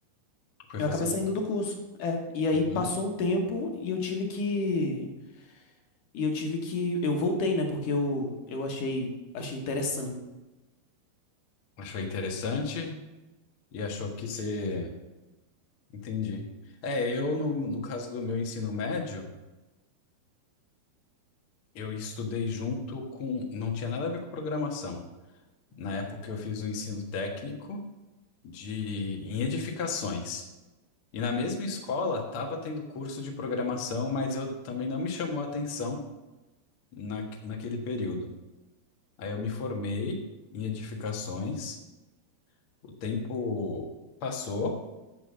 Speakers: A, on the left; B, on the left.
A: Foi
B: eu
A: fazer.
B: acabei
A: outro-
B: saindo do curso. É, e aí
A: Uhum.
B: passou um tempo e eu tive que e eu tive que eu voltei, né, porque eu eu achei achei interessante.
A: Achou interessante e achou que você. Entendi. É, eu, no, no caso do meu ensino médio, eu estudei junto com. Não tinha nada a ver com programação. Na época, eu fiz um ensino técnico de em edificações. E na mesma escola, tava tendo curso de programação, mas eu também não me chamou a atenção na, naquele período. Aí eu me formei em edificações, o tempo passou,